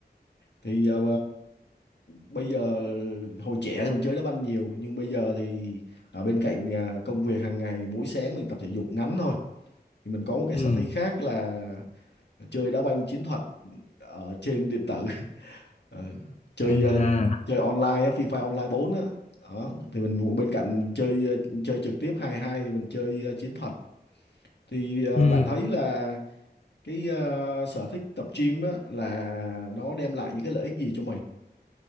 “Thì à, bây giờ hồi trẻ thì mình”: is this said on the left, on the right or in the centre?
Left